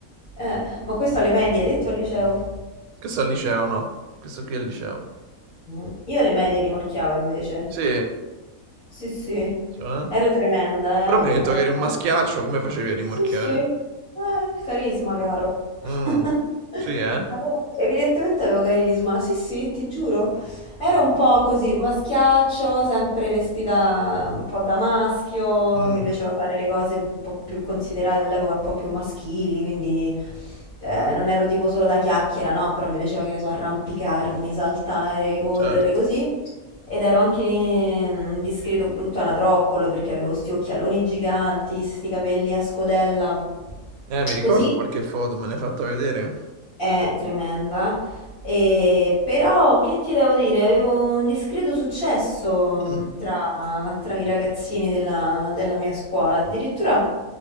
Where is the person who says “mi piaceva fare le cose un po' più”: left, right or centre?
Left